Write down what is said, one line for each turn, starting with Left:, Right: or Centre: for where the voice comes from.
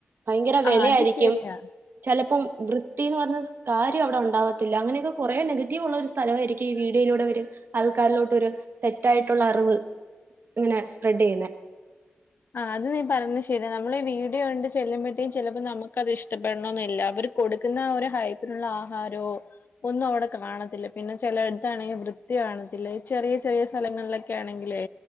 Right: ഭയങ്കര വിലയായിരിക്കും
Left: ആ അത് ശരിയാ.
Right: ചിലപ്പം വൃത്തിന്ന് പറഞ്ഞ കാര്യം അവിടെ ഉണ്ടാവാ ല്ല അങ്ങനെയൊക്കെ കൊറെേ നെഗറ്റീവ് ഉള്ള ഒരു സ്ഥല ആരിക്കും ഈ വീഡിയോയിലൂടെ ഒരുര് ആൾക്കാരിലോട്ട് ഒരു തെറ്റായിട്ടുള്ള അറിവ് ഇങ്ങനെ സ്പ്രെഡ് ചെയ്യുന്ന
Left: ആ അത് നീ പറഞ്ഞത് ശരിയാ നമ്മള ഈ വീട് കൊണ്ട് ചെല്ലുമ്പഴേും ചിലപ്പോ നമുക്ക്ത് ഇഷ്ടപ്പെടണന്നല്ല അവർ കൊടുക്കുന്ന ഒരു ഹൈപ്പിനുള്ള ആഹാരമ ഒന്നും അവിടെ കാണത്തില്ല പിന്നെ ചില അടുത്താണെങ്കിൽ വൃത്തി കാണത്തില്ല ചെറിയ ചെറിയ സ്ഥലങ്ങളിലൊക്കെ ആണെങ്കിലേ